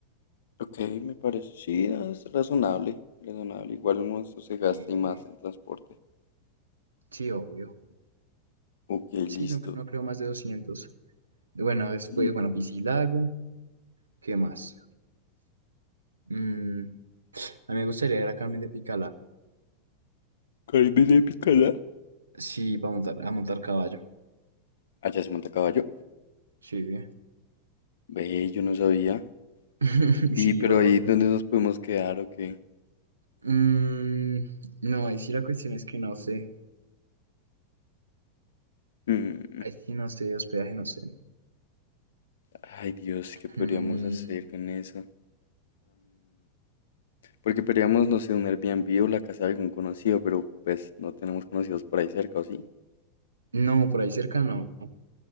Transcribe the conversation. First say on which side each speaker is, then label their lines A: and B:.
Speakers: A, on the left; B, on the right.
A: Ok, me parece, sí, no, es razonable, razonable. Igual uno se gasta
B: Y
A: y más en transporte.
B: sí, obvio.
A: Ok,
B: Sí,
A: listo.
B: no, cre- no creo más de 200. Bueno, después,
A: Mm,
B: bueno, Piscilago, ¿qué más? Mm, a mí me gustaría ir a Carmen de Picalá.
A: Carne de picada.
B: Sí, para montar, a montar caballo.
A: Allá se monta a caballo.
B: Sí,
A: Ve, yo no sabía.
B: <laughs>
A: Y,
B: sí,
A: pero
B: obvio.
A: ahí, ¿dónde nos podemos quedar o qué?
B: Mm, no, ahí sí la cuestión es que no sé.
A: Mm,
B: Ahí sí no sé, hospedaje no sé.
A: Ay, Dios, ¿qué podríamos
B: Mm,
A: hacer con eso? Porque podríamos, no sé, un Airbnb o la casa de algún conocido, pero pues no tenemos conocidos por ahí cerca, ¿o sí?
B: no, por ahí cerca no.